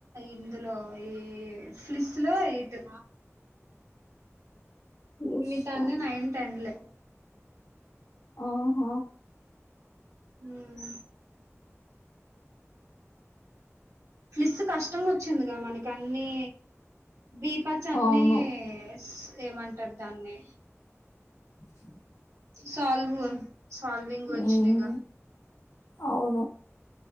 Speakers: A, on the right; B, on the left.
A: ఇందులో ఈ ఫ్లిస్ ఎయిట్
B: చూస్తా
A: మిగతాయనన్ని నైన్ టెన్లే
B: ఆ హ
A: హామ్ ఫ్లిస్ కష్టంగా వచ్చిందిగా మనక అన్ని దీప చన్నీస్
B: అవును.
A: ఏమంటారు దాన్ని
B: <unintelligible>
A: సాల్వ్ సాల్వింగ్
B: హ్మ్.
A: వచినైగా
B: అవును.